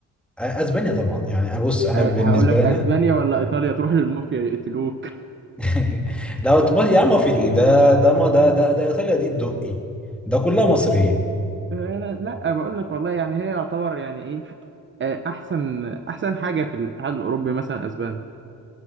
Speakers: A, in the centre; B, on the right.
A: اسبانيا طبعا يعني بص انا
B: آه،
A: بالنسبه
B: هقول لك أسبانيا
A: لنا
B: ولا إيطاليا تروح للمافيا يقتلوك
A: <laughs> ده اوتوماتيك يا عم وفي ايه ده ده ما ده ده ده ايطاليا دي الدقي ده كلها مصريه
B: آه، لا بقول لك والله يعني هي يعتبر يعني ايه آه، احسن احسن حاجه في الاتحاد الاوروبي مثلا اسبانيا